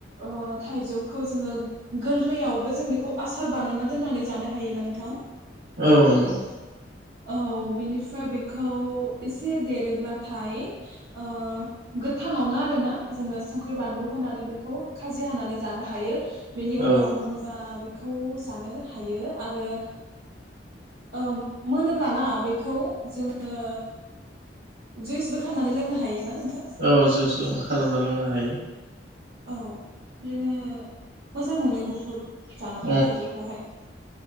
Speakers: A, on the right; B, on the right.
A: ओ थाइजौखौ जोङो गोरलैयावबो जों बेखौ आसार बानायना दोननानै जानो हायोना नोंथां
B: औ नंगौ
A: औ बिनिफ्राय बेखौ एसे देरोब्लाथाय ओ गोथाङावनो आरो ना जोङो संख्रि बानलु होनानै बेखौ खाजि हानानै जानो हायो बेनि उनाव
B: औ
A: मोनबा बेखौ जानो हायो आरो ओ मोनोब्लाना बेखौ जोङो जुइसबो खालामामनानै लोंनो हायो ना नोंथां
B: औ जुसबो खालामना लोंनो हायो
A: औ बिदिनो मोजां मोनो बुहुद जानानै
B: उम उम जायो
A: थाइजौखौहाय